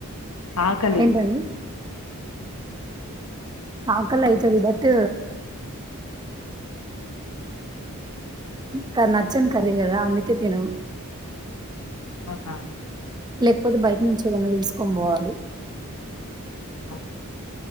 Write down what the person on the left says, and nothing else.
ఆకలి
ఆహా
ఆ